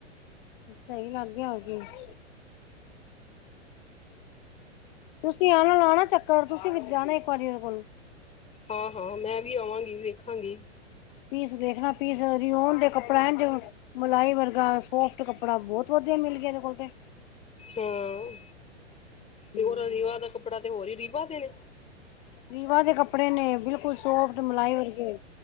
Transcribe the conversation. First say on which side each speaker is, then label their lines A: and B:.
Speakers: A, on the left (about 45°); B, on the left (about 20°).
A: ਸਹੀ ਲੱਗ ਗਿਆ, ਹੋਰ ਕੀ। ਤੁਸੀਂ ਆਣਾ, ਲਾਣਾ ਚੱਕਰ। ਤੁਸੀਂ ਵੀ ਜਾਣਾ ਇੱਕ ਵਾਰੀ ਉਹਦੇ ਕੋਲ।
B: ਹਾਂ, ਹਾਂ, ਮੈਂ ਵੀ ਆਵਾਂਗੀ, ਵੇਖਾਂਗੀ।
A: ਪੀਸ ਦੇਖਣਾ, ਪੀਸ ਉਹਦੀ ਔਂਦੇ ਕੱਪੜਾ ਐਂਜ। ਮਲਾਈ ਵਰਗਾ ਸੋਫਟ ਕੱਪੜਾ ਬੋਹਤ ਵਦੀਆ ਮਿਲ ਗਿਆ ਇਹਦੇ ਕੋਲ ਤੇ।
B: ਹਾਂ, ਤੇ
A: ਹੂੰ
B: ਔਰ ਰੀਵਾ ਦਾ ਕੱਪੜਾ ਤੇ ਹੋਰ ਏ ਰੀਵਾ ਦੇ ਨੇ।
A: ਰੀਵਾ ਦੇ ਕੱਪੜੇ ਨੇ, ਬਿਲਕੁਲ ਸੋਫਟ, ਮਿਲਾਈ ਵਰਗੇ।